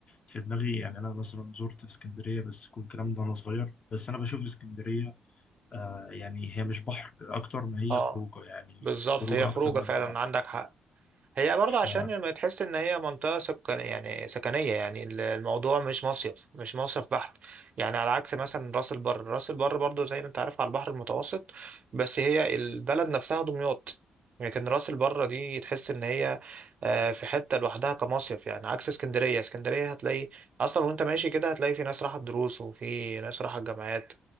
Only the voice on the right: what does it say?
اه
بالظبط
هي خروجه
فعلا
عندك حق هي برضه
عشان ما تحس ان هي منطقه سكن يعني سكنيه يعني ال- الموضوع مش مصيف مش مصيف بحت يعني على عكس مثلا راس البر راس البر برضه زي ما انت عارف على البحر المتوسط بس هي البلد نفسها دمياط لكن راس البر دي تحس ان هي آه، في حته لوحدها كمصيف يعني عكس اسكندريه اسكندريه هتلاقي اصلا وانت ماشي كده هتلاقي في ناس راحت دروس وفي ناس راحت جامعات